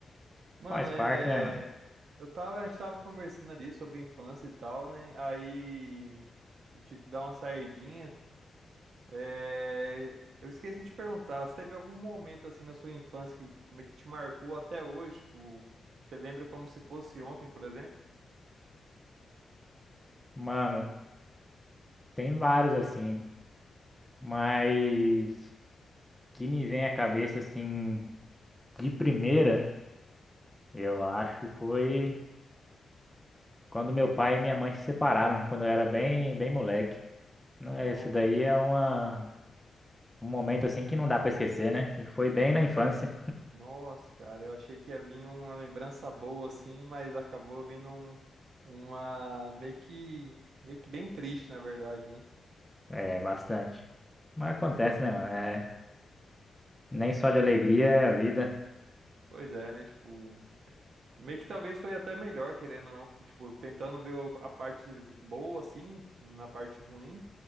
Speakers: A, on the right; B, in the centre.
A: Mano,
B: Faz
A: é.
B: parte, né, mano?
A: Eu tava, a gente tava conversando ali sobre infância e tal, né? Aí eu tive que dar uma saidinha. É... Eu esqueci de perguntar, se teve algum momento assim na sua infância que meio que te marcou até hoje? Tipo, você lembra como se fosse ontem, por exemplo?
B: Mano, tem vários assim, mas que me vem à cabeça assim, de primeira, eu acho que foi quando meu pai e minha mãe se separaram, quando eu era bem, bem moleque. Não é,
A: não
B: Isso daí é uma, um momento assim que não dá pra esquecer, né? E foi bem na infância,
A: Nossa, cara, eu achei que ia vir uma lembrança boa assim, mas acabou vindo um, uma meio que meio que bem triste, na verdade, né?
B: é, bastante. Mas acontece, né, mano? É, nem só de alegria é a vida,
A: Pois é, né? Tipo, meio que talvez foi até melhor, querendo ou não, tipo, tentando ver o- a parte boa assim, na parte ruim,